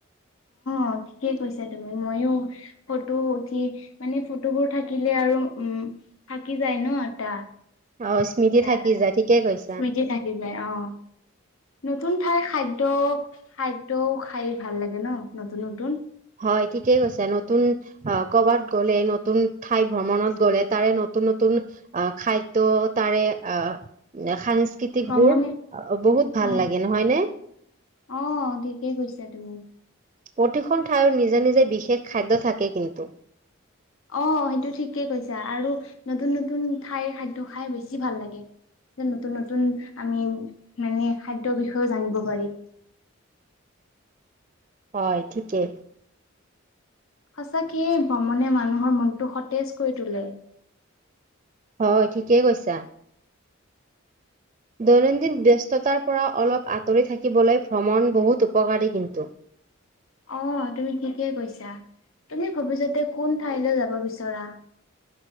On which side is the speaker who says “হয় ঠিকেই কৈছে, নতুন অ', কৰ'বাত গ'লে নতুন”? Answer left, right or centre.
Right